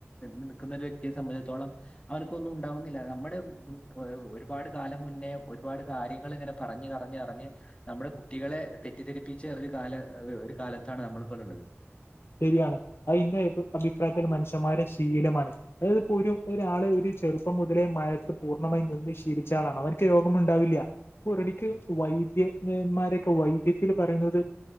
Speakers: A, on the left; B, on the left.
A: നിൽക്കുന്ന ഒരു വ്യക്തിയെ സംബന്ധിച്ചടത്തോളം അവനക്കൊന്നും ഉണ്ടാവുന്നില്ല നമ്മുടെ മം ഒരുപാട് കാലം മുന്നേ ഒരുപാട് കാര്യങ്ങൾ ഇങ്ങനെ പറഞ്ഞ് പറഞ്ഞ് പറഞ്ഞ് നമ്മുടെ കുട്ടികളെ തെറ്റിദ്ധരിപ്പിച്ച ഒരു കാല ഒരു കാലത്താണ് നമ്മളിപ്പോള്ളത്
B: ശരിയാണ് അതിന്റ അ അഭിപ്രായത്തിൽ മനുഷ്യന്മാരെ ശീലമാണ് നമ്മൾ ഇപ്പോ ഒരു ഒരാള് ഒരു ചെറുപ്പംമുതലേ മയത്ത് പൂർണ്ണമായി നിന്ന് ശീലിച്ച ആളാണ് അവർക്ക് രോഗമുണ്ടാവില്ല പുറടിക്ക് വൈദ്യന്മാരൊക്കെ വൈദ്യത്തില് പറയുന്നത്